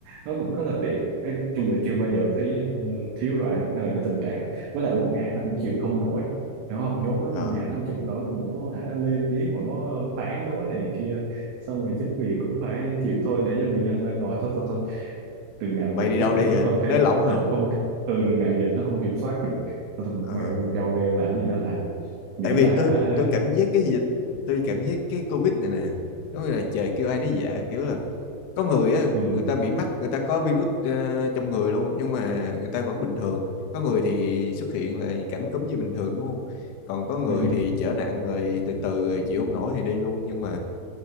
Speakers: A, on the right; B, on the left.
A: nó cũng rất là tiện nói chung là chưa bao giờ thấy ờ, thiếu đồ ăn hay là cái tình trạng đó. với lại
B: Ừ.
A: bộ Nga nó cũng chịu không nổi hiểu không nhốt nó
B: à,
A: trong nhà nó không chịu không nổi cái bộ nó hả lên tiếng mà nó phản đối này kia xong rồi chính quyền cũng phải chịu thôi để cho người dân ra ngồi thôi thôi thôi đường nào
B: tụi bay
A: dịch
B: đi đâu
A: nó cũng
B: đi hả
A: không thể
B: nới lỏng
A: ờ,
B: hả
A: không ừ, đường nào dịch nó không kiểm soát được Thôi
B: à.
A: thôi, đâu đeo làm gì nó làm miễn
B: tại vì
A: là
B: tôi
A: hả
B: tôi cảm giác cái dịch tôi cảm giác cái covid này nè giống như là trời kêu ai nấy dạ kiểu là có người á
A: ừ,
B: người ta bị mắc người ta có virus ờ, trong người luôn nhưng mà người ta vẫn bình thường có người thì xuất hiện là cảm cúm như bình thường đúng không còn có người
A: ừ.
B: thì trở nặng rồi từ từ rồi chịu không nổi thì đi luôn nhưng mà